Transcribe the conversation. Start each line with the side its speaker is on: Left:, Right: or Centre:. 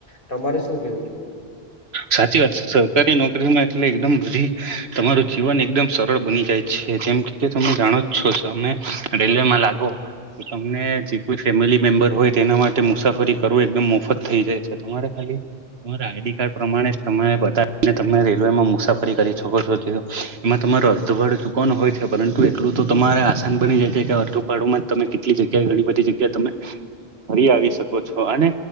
Left: તમારે શું કેવું?
Right: સાચી વાત સરકારી નોકરીમાં એટલે એકદમ બધી તમારું જીવન એકદમ સરળ બની જાય છે. જેમ કે તમે જાણો જ છો સમય ડેલ્વેમા લાગો તો તમને જે કોઈ ફેમિલી મેમ્બર હોય તેના માટે મુસાફરી કરવું એકદમ મોફત થઈ જાય છે, તમારા ખા ર આઈડી કાર્ડ પ્રમાણે તમે બને તમે રેલવેમાં મુસાફરી કરી શકો છો, એમાં તમારો અડધવાડ કો હોય છે, પરંતુ એટલું તો તમારે આસાન બની જાય છે કે વર્તુપાડુમાં જ તમે કેટલી જગ્યા ઘણી બધી જગ્યા તમે ફરી આવી શકો છો અને